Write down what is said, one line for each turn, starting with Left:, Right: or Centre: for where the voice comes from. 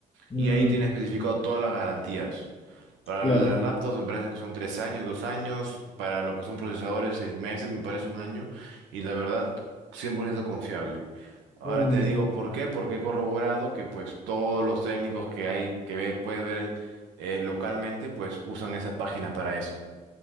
Left: mm,
Right: Y ahí tiene especificado todas las garantías. Para
Left: claro,
Right: las laptops me parece que son tres años, dos años. Para lo que son procesadores, seis meses, me parece un año. Y la verdad, 100% confiable. Ahora
Left: mm,
Right: te digo por qué, porque he corroborado que pues todos los técnicos que hay, que ve- puedes ver eh, localmente, pues usan esa página para eso.